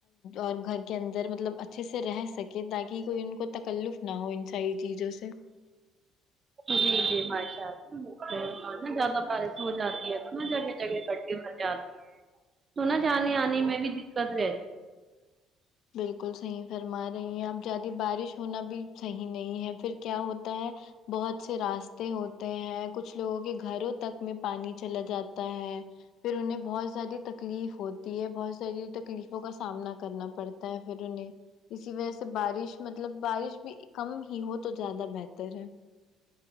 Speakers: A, on the left (about 70°); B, on the right (about 30°).
A: اور گھر کے اندر مطلب اچھے سے رہ سکے تاکہ کوئی ان کو تکلف نہ ہو ان ساری چیزوں سے
B: جی جی ماشاء اللہ نا زیادہ بارش ہو جاتی ہے نا جگہ جگہ لے جاتے ہے جانے آنے میں بھی دککت رہتی
A: بالکل صحیح فرما رہی ہیں آپ زیادہ بارش ہونا بھی صحیح نہیں ہے پھر کیا ہوتا ہے بہت سے راستے ہوتے ہیں کچھ لوگوں کے گھروں تک میں پانی چلا جاتا تا ہے پھر انہیں بہت زیادہ تکلیف ہوتی ہے بہت ساری تکلیفوں کا سامنا کرنا پڑتا تا ہے پھر انہیں اسی وجہ سے بارش مطلب بارش بھی کم ہی ہو تو زیادہ بہتر ہے